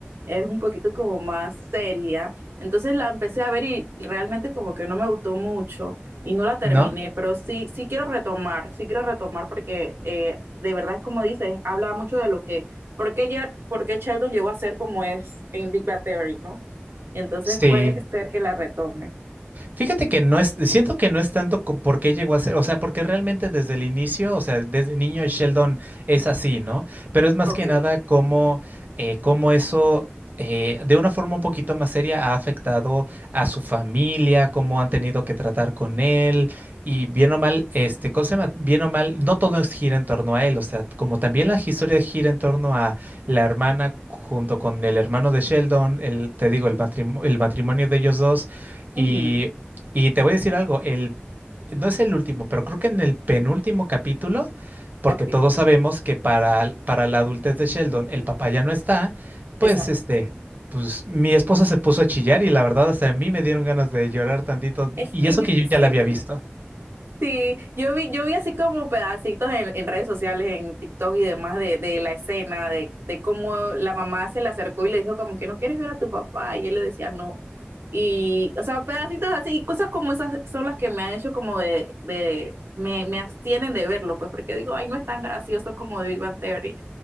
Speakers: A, on the right; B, on the right.
A: Es un poquito como más seria. Entonces la empecé a ver y realmente como que no me gustó mucho y no la terminé,
B: ¿no?
A: pero sí, sí quiero retomar, sí quiero retomar porque eh, de verdad es como dices, habla mucho de lo que, por qué, Jer- por qué Sheldon llegó a ser como es en Big Bang Theory, ¿no? Y entonces
B: Sí.
A: puede ser que la retome.
B: Fíjate que no es, siento que no es tanto co- por qué llegó a ser, o sea, porque realmente desde el inicio, o sea, desde niño Sheldon es así, ¿no? Pero es más
A: Ok.
B: que nada cómo, eh, cómo eso, eh, de una forma un poquito más seria, ha afectado a su familia, cómo han tenido que tratar con él, y bien o mal, este, ¿cómo se llama? Bien o mal, no todo es- gira en torno a él, o sea, como también la historia gira en torno a la hermana junto con el hermano de Sheldon, el, te digo, el matrimo- el matrimonio de ellos dos. Y
A: Ujú,
B: y te voy a decir algo, el, no es el último, pero creo que en el penúltimo capítulo, porque
A: Ok,
B: todos sabemos que para, l- para la adultez de Sheldon el papá ya no está, pues
A: exacto.
B: este, pues mi esposa se puso a chillar y la verdad hasta a mí me dieron ganas de llorar tantito,
A: Es
B: y
A: que
B: eso
A: yo
B: que yo ya
A: sí,
B: la había visto.
A: sí, yo vi, yo vi así como pedacitos en, en redes sociales, en TikTok y demás de, de la escena, de, de cómo la mamá se le acercó y le dijo como que no quieres ver a tu papá y él le decía no. Y, o sea, pedacitos así, y cosas como esas son las que me han hecho como de, de me, me abstienen de verlo, pues porque digo, ay, no es tan gracioso como de Big Bang Theory.